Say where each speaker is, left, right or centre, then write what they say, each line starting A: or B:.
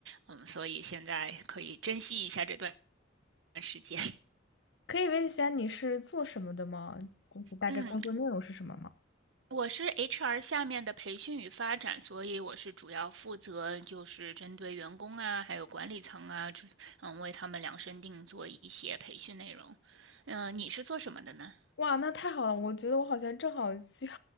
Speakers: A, on the right; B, on the left.
A: 嗯，所以现在可以珍惜一下这段时间。<laughs>
B: 可以问一下你是做什么的吗？就是大概工作内容是什么吗？
A: 嗯，我是 HR 下面的培训与发展，所以我是主要负责就是针对员工啊，还有管理层啊，这嗯，为他们量身定做一些培训内容。嗯、你是做什么的呢？
B: 哇，那太好了！我觉得我好像正好需要